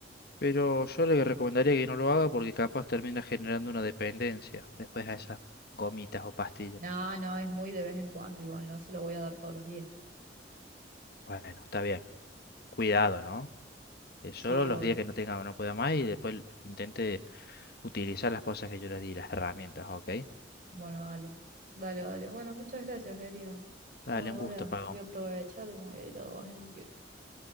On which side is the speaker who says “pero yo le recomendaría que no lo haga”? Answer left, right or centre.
Left